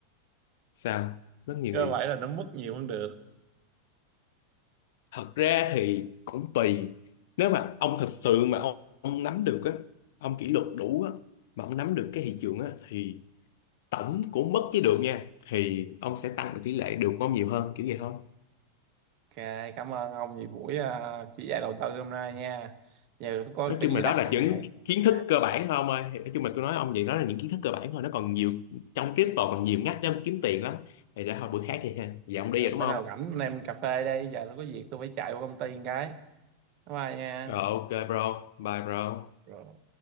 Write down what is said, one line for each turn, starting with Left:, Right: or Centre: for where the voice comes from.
Left: sao rất nhiều
Right: cơ
Left: người
Right: vậy là nó mất nhiều cũng được
Left: thật ra thì cũng tùy nếu mà ông thật sự mà ông, ông nắm được á ông kỷ luật đủ á mà ông nắm được cái thị trường á thì tổng của mất với được nha thì ông sẽ tăng được tỷ lệ được của ông nhiều hơn kiểu vậy thôi
Right: ok cảm ơn ông vì buổi ờ, chỉ dạy đầu tư hôm nay nha giờ tôi coi
Left: nói
Right: phải
Left: chung
Right: đi
Left: là đó
Right: làm
Left: là những
Right: rồi
Left: kiến
Right: à,
Left: thức cơ bản thôi ông ơi Thì nói chung là tôi nói ông vậy đó là những kiến thức cơ bản thôi nó còn nhiều trong crypto còn nhiều ngách để ông kiếm tiền lắm thì để thôi bữa khác đi ha giờ ông đi
Right: ừ,
Left: rồi đúng
Right: bữa
Left: không
Right: nào rảnh anh em cà phê đi giờ tôi có việc tôi phải chạy qua công ty một cái bye bye nha
Left: rồi ok bro bye bro
Right: Rồi.